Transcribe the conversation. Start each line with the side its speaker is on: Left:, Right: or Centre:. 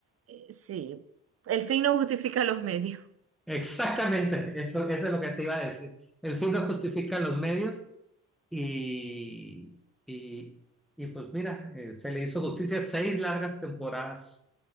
Right: eh, sí, el fin no justifica los medios.
Centre: exactamente, <laughs> eso, eso es lo que te iba a decir. El fin no justifica los medios y, y, y pues mira, eh, se le hizo justicia seis largas temporadas